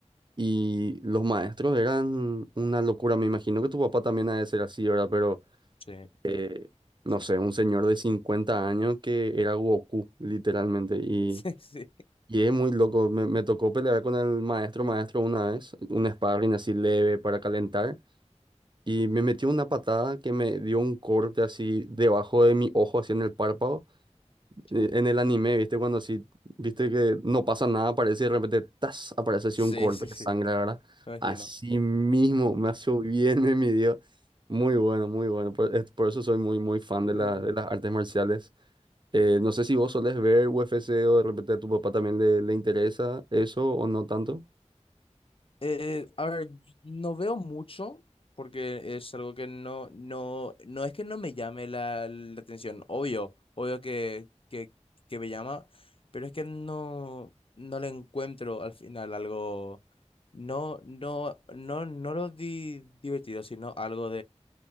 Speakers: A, on the right (about 40°); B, on the left (about 50°).
A: y los maestros eran una locura. Me imagino que tu papá también ha de ser así, ¿verdad? Pero
B: Sí,
A: eh, no
B: sí.
A: sé,
B: <laughs>
A: un señor de 50 años que era Goku, literalmente, y.
B: Sí, sí.
A: Y es muy loco, me, me tocó pelear con el maestro, maestro una vez, un sparring así leve para calentar, y me metió una patada que me dio un corte así debajo de mi ojo, así en el párpado. Eh,
B: Ya.
A: En el anime, ¿viste? Cuando así, viste que no pasa nada, aparece y de repente, ¡tas! aparece así
B: Sí,
A: un corte
B: sí, sí.
A: de sangre, ¿verdad?
B: Me imagino.
A: Así mismo, me hizo bien, <laughs> me midió. Muy bueno, muy bueno. Por, es- por eso soy muy, muy fan de,
B: Mm.
A: la, de las artes marciales. Eh, no sé si vos solés ver UFC o de repente a tu papá también le, le interesa eso o no tanto.
B: Eh, a ver, no veo mucho porque es algo que no, no, no es que no me llame la, la atención, obvio, obvio que, que, que me llama, pero es que no, no le encuentro al final algo, no, no, no, no lo di- divertido, sino algo